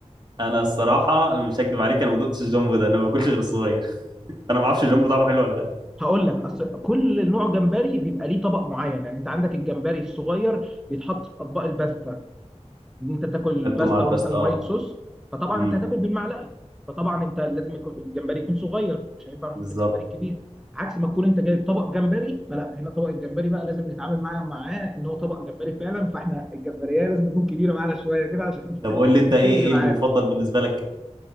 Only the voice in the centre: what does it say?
مصر؟
هقول لك اصل كل نوع جمبري بيبقى ليه طبق معين يعني انت عندك الجمبري الصغير بيتحط في اطباق الباستا ان انت تاكل
باستا
مثلا وايت
صوص فطبعا
انت هتاكل بالمعلقه فطبعا انت لازم يكون الجمبري يكون صغير مش هينفع نحط
الجمبري الكبير عكس ما تكون انت جايب طبق جمبري فلا هنا طبق الجمبري بقى لازم نتعامل معاه معاه ان هو طبق جمبري فعلا فاحنا الجمبريه لازم تكون كبيره معانا شويه كده عشان <laughs>
تسد
معانا